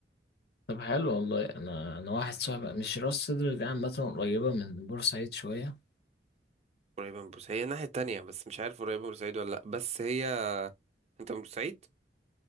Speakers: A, on the left; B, on the right.
A: طب حلو والله انا انا واحد صاحبي مش راس سدر دي عامه قريبه من بورسعيد شويه
B: قريبه من بورسعيد هي الناحيه التانية بس مش عارف قريبه من بورسعيد ولا لا بس هي انت من بورسعيد